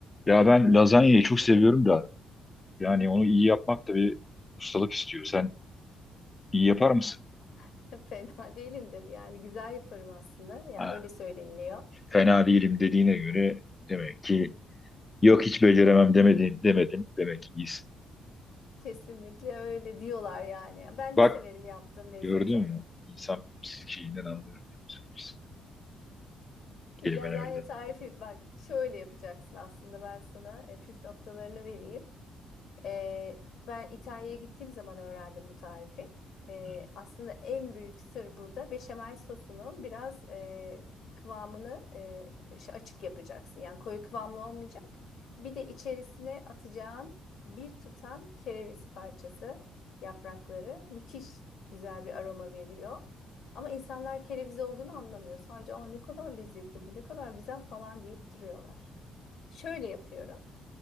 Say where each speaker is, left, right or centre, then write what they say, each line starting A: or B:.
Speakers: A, on the left; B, on the left.
A: Ya ben lazanyayı çok seviyorum da yani onu iyi yapmak da bir ustalık istiyor. Sen iyi yapar mısın?
B: <laughs> Fena değilimdir yani güzel yaparım aslında ya
A: Ha,
B: öyle söyleniliyor.
A: fena değilim dediğine göre demek ki yok hiç beceremem demedin demedin demek ki iyisin.
B: Kesinlikle öyle diyorlar yani. Ben
A: Bak
B: de severim yaptığım lezzeti.
A: gördün mü? İnsan psikiğinden anlıyorum. ya, psikolojisinden, Kelimelerde.
B: Lazanya
A: Hı
B: tarifi bak şöyle yapacaksın aslında ben sana e, püf noktalarını vereyim. Ee, ben İtalya'ya gittiğim zaman öğrendim bu tarifi. Ee,
A: hı.
B: aslında en büyük sır burada beşamel sosunu biraz e, kıvamını e, şey açık yapacaksın. Yani koyu kıvamlı olmayacak. Bir de içerisine atacağın bir tutam kereviz parçası yaprakları müthiş güzel bir aroma veriyor. Ama insanlar kereviz olduğunu anlamıyor. Sadece o ne kadar lezzetli bu ne kadar güzel falan deyip duruyorlar. Şöyle yapıyorum.